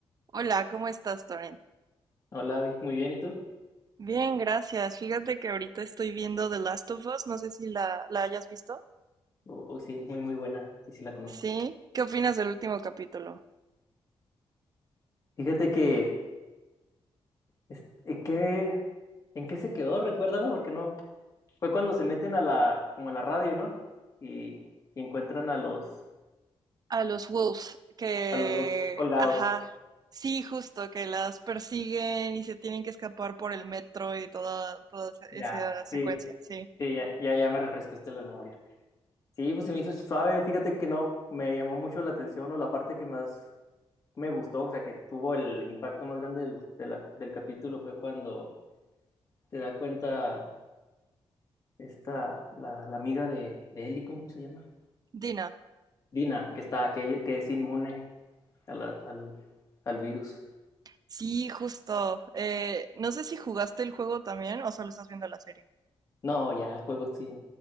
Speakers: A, on the right; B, on the left.
A: Hola, ¿cómo estás, Toren?
B: Hola, Abby. muy bien, ¿y tú?
A: Bien, gracias. Fíjate que ahorita estoy viendo The Last of Us, no sé si la, la hayas visto.
B: Uy, sí, muy, muy buena, sí, sí la conozco.
A: Sí, ¿qué opinas del último capítulo?
B: Fíjate que, es- ¿en qué, en qué se quedó? Recuérdame, porque no. Fue cuando se meten a la, como a la radio, ¿no? Y, y encuentran a los,
A: A los Wolves, que,
B: a los Wolf colgados.
A: ajá, sí, justo, que las persiguen y se tienen que escapar por el metro y toda, toda esa esa
B: Ya,
A: secuencia,
B: sí,
A: sí.
B: sí, ya, ya, ya me refrescaste la memoria. Sí, pues se me hizo suave, fíjate que no, me llamó mucho la atención o la parte que más me gustó, o sea, que tuvo el impacto más grande del, de la- del capítulo fue cuando te da cuenta. esta, la, la amiga de, de Eli, ¿cómo se llama?
A: Dina,
B: Dina, que está, que, que es inmune a la- al, al virus.
A: sí, justo. Eh, no sé si jugaste el juego también o solo estás viendo la serie.
B: No, ya, el juego sí.